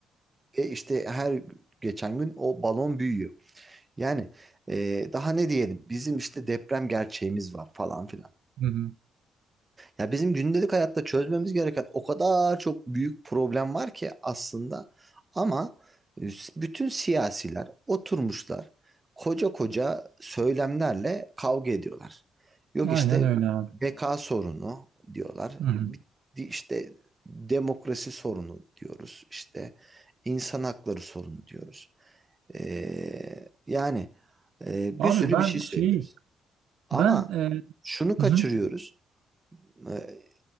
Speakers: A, on the right; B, on the right.
A: e, işte her geçen gün o balon büyüyor. Yani e, daha ne diyelim? Bizim işte deprem gerçeğimiz var falan filan.
B: Hı hı.
A: Ya bizim gündelik hayatta çözmemiz gereken o kadar çok büyük problem var ki aslında ama e, bütün siyasiler oturmuşlar koca koca söylemlerle kavga ediyorlar. Yok
B: Aynen
A: işte
B: öyle abi.
A: beka sorunu diyorlar.
B: Hı hı.
A: Bi- di- işte demokrasi sorunu diyoruz. İşte insan hakları sorunu diyoruz. Ee, yani e,
B: Abi
A: bir sürü
B: ben
A: bir şey söylüyoruz.
B: şey
A: Ama
B: ben e,
A: şunu kaçırıyoruz.
B: hı hı.
A: e,